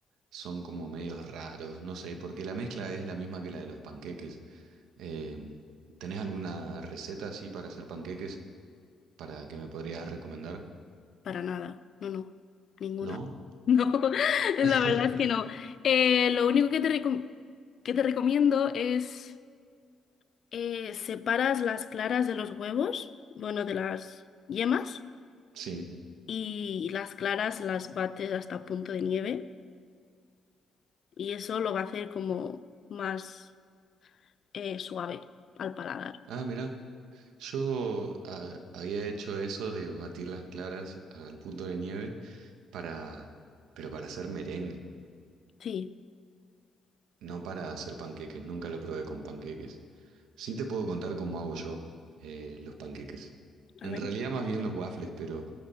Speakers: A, on the right; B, on the left.
A: son como medios raros, no sé, porque la mezcla es la misma que la de los panqueques. Em, ¿tenés alguna receta así para hacer panqueques para que me podrías recomendar?
B: para nada, no, no, ninguna.
A: ¿No?
B: <laughs> No, la
A: <laughs>
B: verdad es que no. Eh, lo único que te, recom- que te recomiendo es eh, separas las claras de los huevos, bueno, de las yemas,
A: Sí.
B: y las claras las bates hasta punto de nieve, y eso lo va a hacer como más... eh, suave al paladar.
A: Ah, mira, yo ah, había hecho eso de batir las claras al punto de nieve para, pero para hacer merengue,
B: Sí,
A: no para hacer panqueques. Nunca lo probé con panqueques. Sí te puedo contar cómo hago yo eh, los panqueques.
B: a
A: En
B: ver.
A: realidad más bien los waffles, pero